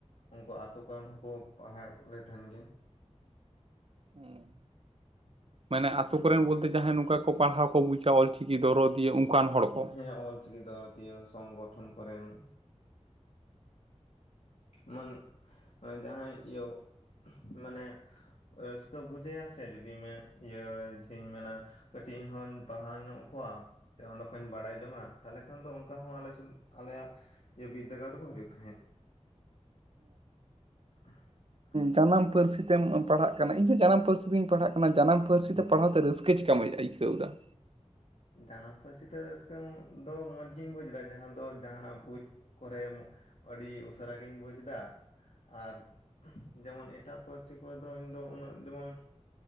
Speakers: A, on the left; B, on the right.
A: ᱩᱱᱠᱩ ᱟᱛᱳ ᱠᱚᱨᱮᱱ ᱦᱚᱸᱠᱚ ᱯᱟᱲᱦᱟᱜ ᱞᱮ ᱛᱟᱦᱮᱱ ᱜᱮ᱾
B: ᱩᱸ ᱢᱟᱱᱮ ᱟᱛᱳ ᱠᱚᱨᱮᱱ ᱵᱚᱞᱛᱮ ᱡᱟᱦᱟᱸᱭ ᱱᱚᱝᱠᱟ ᱠᱚ ᱯᱟᱲᱦᱟᱣ ᱠᱚ ᱵᱩᱪᱟ, ᱚᱞᱪᱤᱠᱤ ᱫᱚᱨᱚᱫᱤᱭᱟᱹ, ᱚᱱᱠᱟᱱ ᱦᱚᱲ ᱠᱚ᱾
A: ᱦᱮᱸ ᱚᱞ ᱪᱤᱠᱤ ᱫᱟᱨᱚᱛᱤᱭᱟᱹ, ᱥᱚᱝᱜᱚᱴᱷᱚᱱ ᱠᱚᱨᱮᱱ᱾ ᱢᱚᱱ ᱢᱮ ᱡᱟᱦᱟᱸᱭ ᱳ <unintelligible> ᱢᱟᱱᱮ ᱨᱟᱹᱥᱠᱟᱹ ᱵᱩᱡᱟᱹᱭᱟ ᱥᱮ ᱡᱩᱫᱤ ᱢᱮ ᱤᱭᱟᱹ ᱡᱮᱧ ᱢᱮᱱᱟ ᱠᱟᱹᱴᱤᱡ, ᱤᱧ ᱦᱚᱧ ᱯᱟᱲᱦᱟᱣ ᱧᱚᱜ ᱠᱚᱣᱟ᱾ ᱥᱮ ᱚᱸᱰᱮ ᱠᱷᱚᱱᱚᱡᱧ ᱵᱟᱲᱟᱭ ᱡᱚᱝᱟ, ᱛᱟᱦᱞᱮ ᱠᱷᱟᱱ ᱫᱚ ᱚᱱᱠᱟ ᱦᱚᱸ ᱟᱞᱮᱥᱮᱱ ᱟᱞᱮᱭᱟᱜ ᱡᱮ ᱵᱤᱫᱽᱫᱟᱹᱜᱟᱲ ᱫᱚ ᱠᱚ ᱦᱤᱡᱩᱜ ᱛᱟᱦᱮᱸᱫ᱾ <unintelligible>
B: ᱡᱟᱱᱟᱢ ᱯᱟᱹᱨᱥᱤ ᱛᱮᱢ ᱯᱟᱲᱦᱟᱜ ᱠᱟᱱᱟ, ᱤᱧᱦᱚᱸ ᱡᱟᱱᱟᱢ ᱯᱟᱹᱨᱥᱤ ᱛᱮᱢ ᱯᱟᱲᱦᱟᱜ ᱠᱟᱱᱟ, ᱡᱟᱱᱟᱢ ᱯᱟᱹᱨᱥᱤ
A: ᱦᱩᱸ
B: ᱛᱮ ᱯᱟᱲᱦᱟᱣ ᱛᱮ ᱨᱟᱹᱥ ᱪ <unintelligible> ᱠᱟᱢ ᱟᱭᱠᱟᱹᱳᱫᱟ᱾
A: ᱡᱟᱱᱟᱢ ᱯᱟᱹᱨᱥᱤᱛᱮ ᱨᱟᱹᱥᱠᱟᱹ ᱫᱚ ᱢᱚᱸᱡᱽᱜᱤᱧ ᱵᱩᱡ ᱫᱟ, ᱡᱟᱦᱟᱸ ᱫᱚ ᱡᱟᱦᱟᱱᱟᱜ ᱵᱩᱡ ᱠᱚᱨᱮ, ᱟᱹᱰᱤ ᱩᱥᱟᱹᱨ ᱜᱤᱧ ᱵᱩᱡᱽ ᱫᱟ᱾ ᱟᱨ, ᱡᱮᱢᱚᱱ ᱮᱴᱟᱜ ᱯᱟᱹᱨᱥᱤ ᱠᱚᱨᱮ ᱫᱚ ᱤᱧ ᱫᱚ ᱩᱱᱟᱹᱜ ᱡᱮᱢᱚᱱ